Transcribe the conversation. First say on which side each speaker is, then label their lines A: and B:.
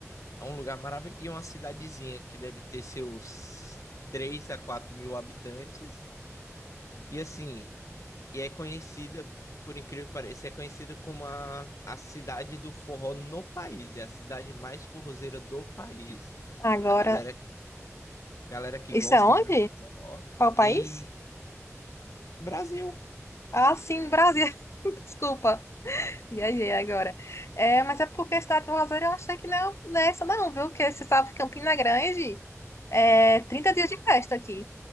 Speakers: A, on the left; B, on the left.
A: É um lugar maravilhoso. E é uma cidadezinha que deve ter seus 3 a 4 mil habitantes. E assim, e é conhecida, por incrível que pareça, é conhecida como a, a cidade do forró no país. É a cidade mais forrozeira do país.
B: Agora,
A: A galera, galera que
B: isso
A: gosta
B: é onde?
A: mesmo de forró
B: Qual país?
A: em Brasil.
B: Ah, sim, Brasil. <laughs> Desculpa, viajei agora. É, mas é porque a cidade do Rosário eu achei que não, não é essa não, viu? Porque você sabe que Campina Grande é 30 dias de festa aqui.